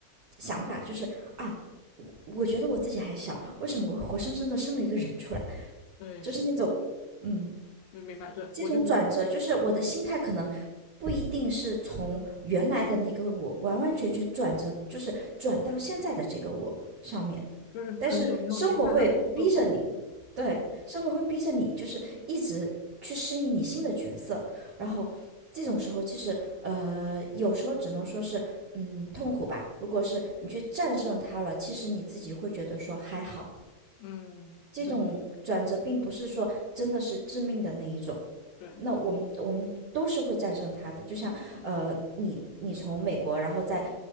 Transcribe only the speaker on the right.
想法，就是啊，我觉得我自己还小，为什么我会活生生的生了一个人出来？
就是那种，嗯，
这种转折，
就是我的心态可能不一定是从原来的那个我完完全全转折，就是转到现在的这个我上面。
但是生活会逼着你，对，
生活会逼着你，就是一直去适应你新的角色。然后这种时候，
其实呃，有时候只能说是，嗯，痛苦吧。如果是你去战胜它了，其实你自己会觉得说还好。
这种转折并不是说真的是致命的那一种，
那我们我们都是会战胜它的。就像呃，你你从美国，然后再